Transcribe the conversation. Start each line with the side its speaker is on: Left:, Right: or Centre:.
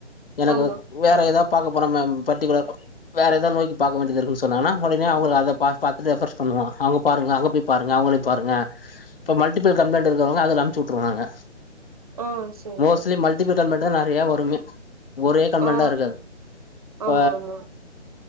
Left: எனக்கு
Right: ஆமா
Left: வேற ஏதா பாக்க போற மேம் பர்டிகுலர் வேற ஏதாவ நோய்க்கி பாக்க வேண்டியது இருக்குன் சொன்னங்கனா ஒடனே அவங்கள அத பா பாக் ரெஃப்ரென்ஸ் பண்ணுவோ அவ்ங்க பாருங்க அங்க போய்ப் பாருங்க அவங்களையு பாருங்க இப்ப மல்டிபிள் கம்ப்ளைண்ட் இருக்கிறவங்க அதுல அனுப்ச்சு விட்ருவாங்க
Right: ஆ சேரி
Left: மோஸ்ட்லி
Right: சேரி
Left: மல்டிபிள் கம்ப்ளைண்ட் தா நறைய வருமே ஒரே கம்ப்ளைன்ட்
Right: ஆ
Left: இருக்காது இப்ப
Right: ஆமா ஆமா